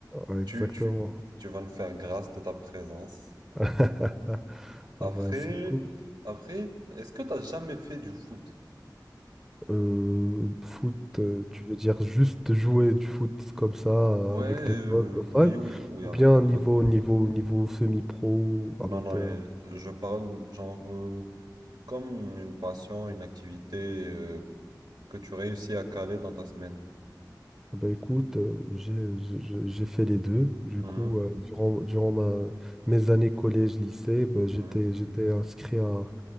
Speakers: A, in the centre; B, on the right.
A: ouais, exactement.
B: Tu, tu, tu vas me faire grâce de ta présence.
A: <laughs> Ah bah,
B: Après,
A: c'est cool.
B: après, est-ce que tu as jamais fait du foot?
A: Euh, foot, euh, tu veux dire juste jouer du foot comme ça euh,
B: Ouais,
A: avec
B: euh,
A: tes potes, au five,
B: oui, oui, oui,
A: ou
B: avec
A: bien
B: tes potes.
A: niveau niveau niveau semi-pro, amateur?
B: Non, non, euh, je parle genre euh, comme une passion, une activité euh, que tu réussis à caler dans ta semaine.
A: Ah Bah écoute, euh, j'ai j'ai- j'ai- j'ai fait les deux. Du
B: Mhm,
A: coup, euh, durant durant ma, mes années collège lycée, bah, j'étais
B: mhm,
A: j'étais inscrit à,